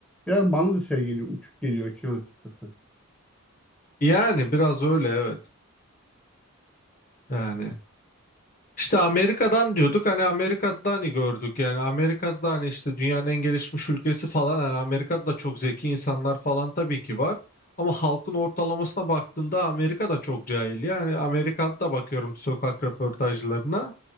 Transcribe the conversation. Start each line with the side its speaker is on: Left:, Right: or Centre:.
Centre: Biraz bana da şey geliyor, uçuk geliyor için açıkçası.
Left: Yani biraz öyle evet. Yani işte Amerika'dan diyorduk hani Amerika'da hani gördük yani Amerika'da hani işte dünyanın en gelişmiş ülkesi falan hani Amerika'da da çok zeki insanlar falan tabii ki var. Ama halkın ortalamasına baktığında Amerika'da çok cahil. Yani Amerika'da da bakıyorum sokak röportajlarına.